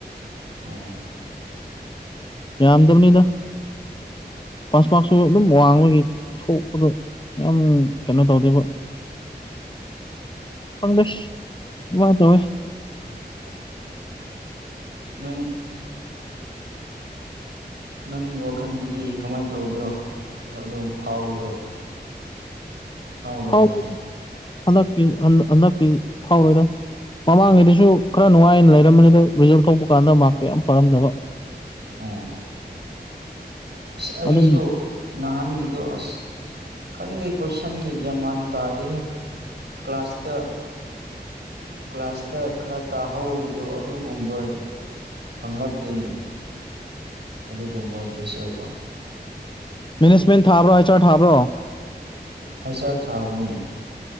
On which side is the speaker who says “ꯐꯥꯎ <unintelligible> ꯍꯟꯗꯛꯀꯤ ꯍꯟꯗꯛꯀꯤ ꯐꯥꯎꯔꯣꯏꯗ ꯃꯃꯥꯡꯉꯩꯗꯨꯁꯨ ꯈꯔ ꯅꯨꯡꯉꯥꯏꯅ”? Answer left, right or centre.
Left